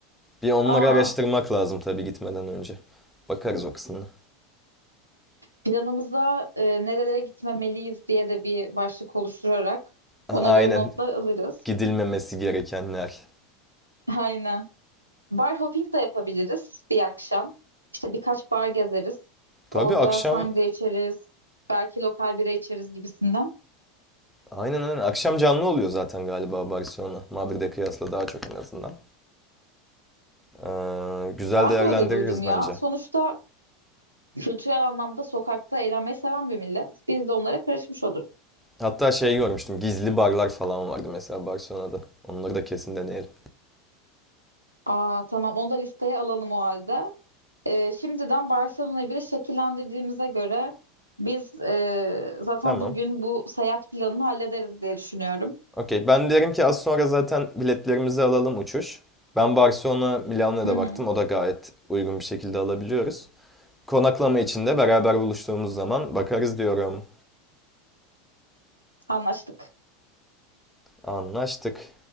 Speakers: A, in the centre; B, on the right.
A: Bir onları
B: aa,
A: araştırmak lazım tabii gitmeden önce. Bakarız o kısmına.
B: planımıza e, nerelere gitmemeliyiz diye de bir başlık oluşturarak
A: Aynen
B: ona göre notlar alırız.
A: gidilmemesi gerekenler.
B: <laughs> Aynen. Bar hopping de yapabiliriz bir akşam. İşte birkaç bar gezeriz.
A: Tabii
B: Orada
A: akşam
B: sangria içeriz. Belki lokal bira içeriz gibisinden.
A: aynen aynen akşam canlı oluyor zaten galiba Barcelona. Madrid'e kıyasla daha çok en azından. Ee, güzel
B: Ben
A: değerlendiririz
B: de öyle duydum ya.
A: bence.
B: Sonuçta kültürel anlamda sokakta eğlenmeyi seven bir millet. Biz de onlara karışmış oluruz.
A: Hatta şey görmüştüm gizli barlar falan vardı mesela Barcelona'da. Onları da kesin deneyelim.
B: Aa, tamam onu da listeye alalım o halde. Ee, şimdiden Barcelona'yı bile şekillendirdiğimize göre biz e, zaten
A: Tamam.
B: bugün bu seyahat planını hallederiz diye düşünüyorum.
A: Okey. Ben derim ki az sonra zaten biletlerimizi alalım uçuş. Ben Barcelona Milano'ya
B: Hı
A: da
B: hı,
A: baktım. O da gayet uygun bir şekilde alabiliyoruz. Konaklama için de beraber buluştuğumuz zaman bakarız diyorum.
B: anlaştık.
A: Anlaştık.